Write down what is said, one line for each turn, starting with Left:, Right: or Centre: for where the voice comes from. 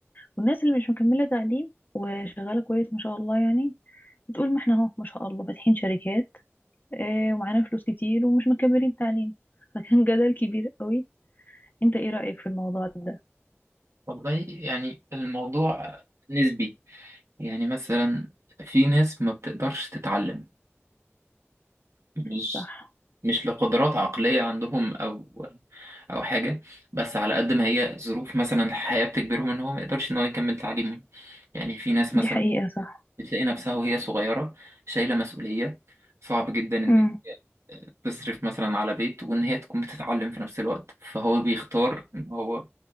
Left: والناس اللي مش مكمله تعليم وشغاله كويس ما شاء الله يعني بتقول ما احنا اهو ما شاء الله فاتحين شركات آه، ومعانا فلوس كتير ومش مكملين التعليم فكان <laughs> جدل كبير قوي انت ايه رأيك في الموضوع ده
Right: والله يعني الموضوع نسبي يعني مثلا في ناس ما بتقدرش تتعلم مش
Left: صح
Right: مش لقدرات عقلية عندهم أو أو حاجة بس على قد ما هي ظروف مثلا الحياة بتجبرهم إن هو ما يقدرش إن هو يكمل تعليمه يعني في ناس مثلا
Left: دي حقيقة صح
Right: بتلاقي نفسها وهي صغيرة شايلة مسؤولية صعب جدا إن
Left: امم
Right: تصرف مثلا على بيت وإن هي تكون بتتعلم في نفس الوقت فهو بيختار إن هو